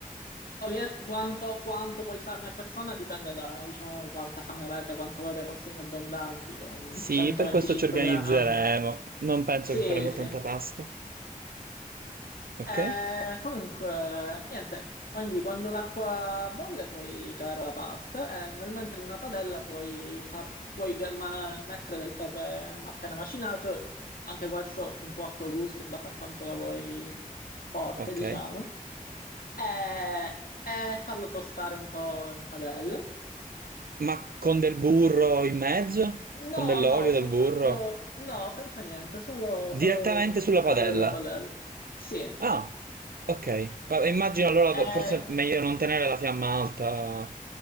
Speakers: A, on the left (about 80°); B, on the right (about 85°).
A: ovvia- quanto, quanto puoi farne a persona dipende da, diciamo, quanta fame avete, quanto volete porzioni abbondanti, un
B: Sì,
A: 125
B: per questo ci organizzeremo.
A: grammi.
B: Non penso
A: Sì,
B: che faremo
A: sì.
B: tanta pasta. Ok?
A: Eh, comunque, niente, quindi quando l'acqua bolle puoi calare la pasta e nel mentre in una padella puoi, far, puoi ga- ma- mettere del pepe appena macinato, anche questo un po' a tuo gusto in base a quanto la vuoi forte,
B: Ok.
A: diciamo, e, e farlo tostare un po' in padella.
B: Ma con del burro in mezzo? Con
A: No,
B: dell'olio,
A: no,
B: del
A: soltanto,
B: burro?
A: no, senza niente, solo,
B: Direttamente
A: solo
B: sulla
A: col coro
B: padella.
A: della padella. Sì,
B: Ah, ok. Vabbè, immagino allora
A: eh,
B: do- forse è meglio non tenere la fiamma alta,